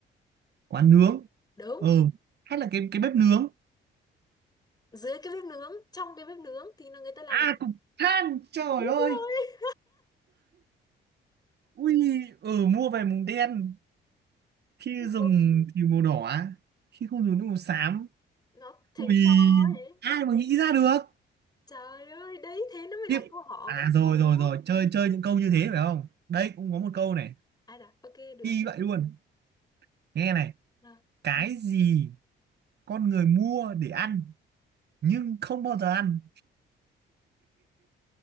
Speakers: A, on the right; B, on the left.
A: quán nướng
B: đúng
A: ừ hay là cái cái bếp nướng
B: dưới cái bếp nướng trong cái bếp nướng thì nó người ta làm gì
A: à cục
B: <laughs>
A: than trời
B: Đúng
A: ơi
B: rồi.
A: ui ừ mua về mùng đen khi dùng
B: Vâng,
A: thì màu đỏ khi không dùng nước màu xám
B: nó thành
A: Ui,
B: tro ấy
A: ai mà nghĩ ra được?
B: trời ơi đấy thế nó mới
A: Tiếp.
B: là câu hỏi
A: À rồi
B: câu đó
A: rồi rồi, chơi chơi những câu như thế phải không? Đây cũng có một câu này,
B: ai là ok được
A: y vậy luôn. Nghe này,
B: Rồi,
A: cái gì con người mua để ăn nhưng không bao giờ ăn?